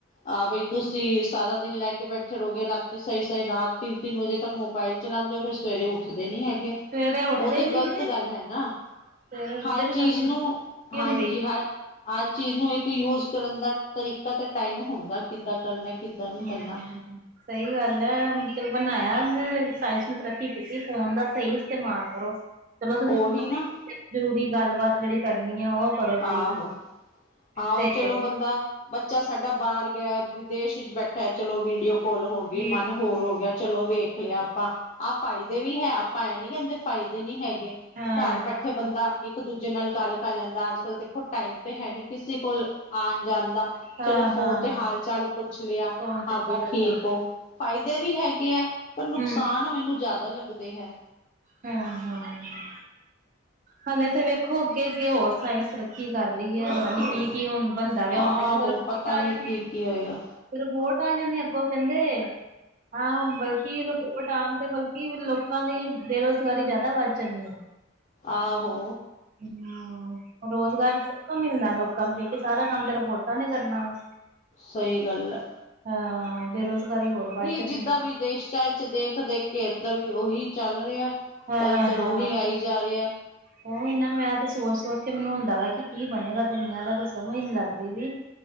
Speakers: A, on the left (about 35°); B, on the right (about 45°).
A: ਆਹ ਬਈ ਤੁਸੀਂ ਸਾਰਾ ਦਿਨ ਲੈ ਕੇ ਬੈਠੇ ਰਹੋਗੇ ਰਾਤੀ ਸਹੀ- ਸਹੀ ਰਾਤ ਤਿੰਨ -ਤਿੰਨ ਵਜੇ, ਤਕ ਮੋਬਾਇਲ ਚਲਾਉਂਦੇ ਹੋ ਫੇਰ ਸਵੇਰੇ ਉੱਠਦੇ ਨੀ ਹੈਗੇ,
B: ਸਵੇਰੇ ਉੱਠਦੇ
A: ਉਹ ਤੇ
B: ਹੀ ਨੀ
A: ਗ਼ਲਤ ਗੱਲ ਹੈ ਨਾ।
B: ਸਵੇਰੇ ਉੱਠਦੇ
A: ਹਰ
B: ਨੀ
A: ਚੀਜ਼ ਨੂੰ,
B: ਕੀ
A: ਹਾਂਜੀ
B: ਹੁੰਦੀ
A: ਹਰ- ਹਰ ਚੀਜ਼ ਨੂੰ ਇੱਕ ਯੂਜ ਕਰਨ ਦਾ ਤਰੀਕਾ ਤੇ ਟਾਈਮ ਹੁੰਦਾ। ਕਿੱਦਾਂ ਕਰਨਾ, ਕਿੱਦਾਂ ਨੀ
B: ਹਮ
A: ਕਰਨਾ।
B: ਸਹੀ ਗੱਲ ਹੈ, ਚਲ ਬਣਾਇਆ ਸਾਇੰਸ ਨੂੰ ਤਰੱਕੀ ਕੀਤੀ ਫੋਨ ਦਾ ਸਹੀ- ਇਸਤੇਮਾਲ ਕਰੋ, ਚਲੋ ਤੁਸੀਂ
A: ਉਹੀ ਨਾ
B: ਜ਼ਰੂਰੀ ਗੱਲਬਾਤ ਜਿਹੜੀ ਕਰਨੀ ਆ ਉਹ- ਕਰੋ ਤੁਸੀਂ
A: ਆਹੋ, ਆਹੋ
B: ਤੇ
A: ਚਲੋ ਬੰਦਾ ਬੱਚਾ ਸਾਡਾ ਬਾਹਰ ਗਿਆ, ਵਿਦੇਸ਼ ਚ ਬੈਠਾ ਚਲੋ ਵੀਡੀਓ ਕਾਲ ਹੋ
B: ਹਾਂ,
A: ਗਈ ਮਨ ਹੋਰ ਹੋ ਗਿਆ ਚਲੋ ਵੇਖ ਲਿਆ ਆਪਾਂ, ਆਹ ਫਾਇਦੇ ਵੀ ਹੈ ਆਪਾਂ ਐ ਨੀ ਕਹਿੰਦੇ ਫਾਇਦੇ ਨੀ ਹੈਗ- ਗੇ
B: ਹਾਂ,
A: ਘਰ ਬੈਠੇ ਬੰਦਾ ਇੱਕ ਦੂਜੇ ਨਾਲ ਗੱਲ ਕਰ ਲੈਂਦਾ ਅੱਜ ਕੱਲ ਦੇਖੋ ਟਾਈਮ ਤੇ ਹੈ ਨੀ ਕਿਸੇ ਕੋਲ ਆਉਣ ਜਾਣ ਦਾ
B: ਹਾਂ,
A: ਚਲੋ ਫੋਨ
B: ਹਾਂ।
A: ਤੇ ਹਾਲ ਚਾਲ ਪੁੱਛ ਲਿਆ
B: ਫੋਨ ਤੇ
A: ਹਾਂ ਬਈ
B: ਗੱਲ
A: ਠੀਕ
B: ਕਰ
A: ਹੋ ਫਾਇਦੇ ਵੀ ਹੈਗੇ ਹੈ। ਤੇ ਨੁਕਸਾਨ
B: ਹੂੰ,
A: ਮੈਨੂੰ ਜ਼ਿਆਦਾ ਲੱਗਦੇ ਹੈ।
B: ਹੂੰ- ਹੂੰ। ਹਲੇ ਤੇ ਵੇਖੋ ਅੱਗੇ- ਅੱਗੇ ਹੋਰ ਸਾਇੰਸ ਤਰੱਕੀ ਕਰ ਰਹੀ ਹੈ ਪਤਾ ਨੀ ਕੀ- ਕੀ ਹੁਣ ਬੰ- ਰੇਹਾ ਹੁਣ
A: ਆਹੋ
B: ਤੇ ਕਹਿੰਜਾਂ <unintelligible>
A: ਪਤਾ ਨੀ ਕੀ ਕੀ ਹੋਏਗਾ
B: ਰਿਬੋਰਟ ਆ ਜਾਂਣੇ ਅੱਗੋਂ ਕਹਿੰਦੇ ਆਹ ਬਲਕਿ ਰਿਬੋ- ਓਸ ਟਾਈਮ ਤੇ ਬਲਕਿ ਲੋਕਾਂ ਦੀ ਬੇਰੁਜ਼ਗਾਰੀ ਜ਼ਿਆਦਾ ਵੱਧ ਜਾਂਣੀ ਹੈ।
A: ਆਹੋ।
B: ਹੂੰ ਰੋਜ਼ਗਾਰ ਕਿਥੋ ਮਿਲਣਾ ਲੋਕ- ਲੋਕਾਂ ਨੂੰ ਵੇਖ ਕੇ ਸਾਰਾ ਕੰਮ ਤੇਰਾ ਵੋਟਾਂ ਨੇ ਕਰਨਾ ਐ।
A: ਸਹੀ ਗੱਲ ਆ।
B: ਹਾਂ ਬੇਰੁਜ਼ਗਾਰੀ ਹੋਰ ਵੱਧ ਜਾਂਣੀ
A: ਜਿੱਦਾਂ
B: ਆ।
A: ਵਿਦੇਸ਼ਾਂ ਚ ਦੇਖ-ਦੇਖ ਕੇ ਇੱਧਰ ਵੀ ਉਹੀ ਚੱਲ ਰਿਹਾ,
B: ਹਾਂ-ਹਾਂ
A: ਕਲਚਰ ਉਹੀ ਆਈ ਜਾ ਰਿਹਾ।
B: ਉਹੀ ਨਾ ਮੈਂ ਤੇ ਸੋਚ-ਸੋਚ ਕੇ ਮੈਨੂੰ ਹੁੰਦਾ ਵਾ ਕਿ, ਕੀ ਬਣੇਗਾ ਦੁਨੀਆਂ ਦਾ ਤਾਂ ਸਮਝ ਨ ਲੱਗਦੀ ਵੀ।